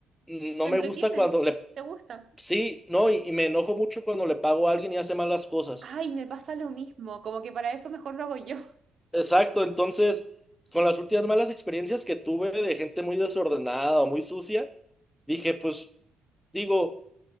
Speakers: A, in the centre; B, on the right.
A: mm, no
B: ¿Te
A: me
B: entretiene?
A: gusta cuando le
B: ¿Te gusta?
A: Sí, no, y, y me enojo mucho cuando le pago a alguien y hace malas cosas.
B: Ay, me pasa lo mismo. Como que para eso mejor lo hago yo.
A: Exacto, entonces, con las últimas malas experiencias que tuve de gente muy desordenada o muy sucia, dije, pues, digo,